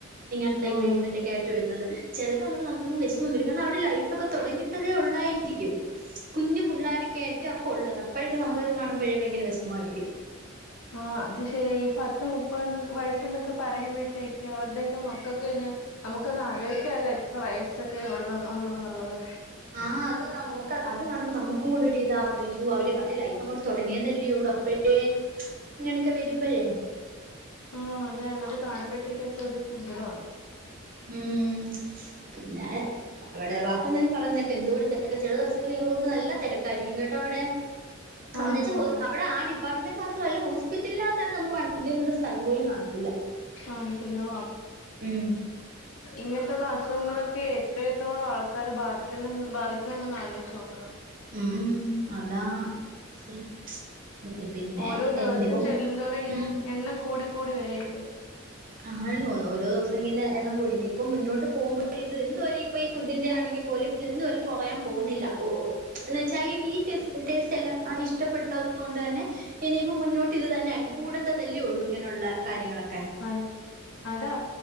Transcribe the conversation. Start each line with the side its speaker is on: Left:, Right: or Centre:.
Right: ഇങ്ങനത്തെ
Left: ആഹ്
Right: ഈ ട്രീറ്റ്മെന്റ് ഒക്കെ ആയി്വരുന്നത്. ചെലത്ണവന്നപ്പോ നമുക്കങ്ങ് വെശ് ഇവരിങ്ങനെ അവരുടെ ലൈഫൊക്കെ തുടങ്ങിട്ടതേ ഉള്ളായിരിക്കും കുഞ്ഞു പുള്ളാര് <unintelligible> നമുക്കൊക്കെ കാണുമ്പോഴേ ഭയങ്കര വിഷമായിരിക്കും
Left: ആ അത് ശരി. ഈ പത്ത് മുപ്പത് വയസ്സ്ന്നൊക്കെ പറയുമ്പോഴത്തേക്ക് അവരുടെ ക്കെ മക്കൾക്ക്ന്നെ നമുക്കന്ന് ആലോയിക്കാല്ലോ എത്ര വയസ്സൊക്കെ ഉള്ള ഉള്ളന്നുള്ളത്
Right: ആഹ് അത് നമക്കാ അത് കാണുമ്പോ നമ്മുക്കും കൂടെ ഒരി താ അയ്യോ അവര് അവരുടെ ലൈഫഅങ്ങോട്ട്‌ തൊടങ്ങിയതല്ലേ ഉള്ളൂ അപ്പഴേ ഇങ്ങനെയൊക്കെ വരുമ്പയെ
Left: ആഹ്. അതെ അത്കാണുമ്പോഴത്തേക്കൊക്കെ ഒരു സങ്കടാണ്
Right: ഉം പിന്നെ അവിടെ. വാപ്പ ന്തെലും പറഞ്ഞെക്ക് എന്തോരം തെരക്ക. ചെല ദിവസങ്ങളിൽ നല്ല തെരക്കായിരിക്കും കേട്ടോ അവിടെ
Left: ആഹ്
Right: എന്നച്ച്
Left: ആഹ്
Right: ഹോ അവിടെ ആ ഡിപ്പാർട്ട്മെന്റ് മാത്രല്ല. ഹോസ്പിറ്റല്നക തന്നെ നമുക്ക് വണ്ടിനൊരു സ്ഥലം പോലും കാണത്തില്ല.
Left: ആണല്ലോ
Right: ഉം
Left: ഇങ്ങനത്തെയുള്ള അസുഖങ്ങളൊക്കെ എത്രയെത്രയ ആൾക്കാരെ ബാധിക്കണം ബാധിക്കുന്നുണ്ടെന്ന് ആലോചിച്ചു നോക്കണം
Right: ഉം <unintelligible>
Left: ഓരോ ദിവസം
Right: ഇനിയിപ്പം
Left: ചെല്ലുന്തോറുംഇങ്ങനെ
Right: ഉം
Left: എണ്ണം കൂടി കൂടി വരല്ലേ
Right: ആണെന്ന് തോന്നുന്നു. ഓരോ ദിവസങ്ങനെ എണ്ണം കൂടി. ഇപ്പം മുന്നോട്ട് പോകുമ്പോ ഇത് എന്തുവാലും ഇപ്പൊ ഈ ഫുഡിന്റെ ആണെങ്കി ങ്കിൽ പോലും എന്തലും കുറയാൻ പോകുന്നില്ല ഒ ഒ ന്ന് വെച്ചാ ഈ ടെസ് ടേസ്റ്റ്ല്ല ആ ഇഷ്ടപ്പെട്ടത് കൊണ്ട് തന്നെ ഇനിയിപ്പോ മുന്നോട്ട് ഇത് തന്നെ ആയിരിക്കും കൂടത്തതല്ലേ ഉള്ളൂ ഇങ്ങനെയുള്ള കാര്യങ്ങളൊക്കെ
Left: അ അതാ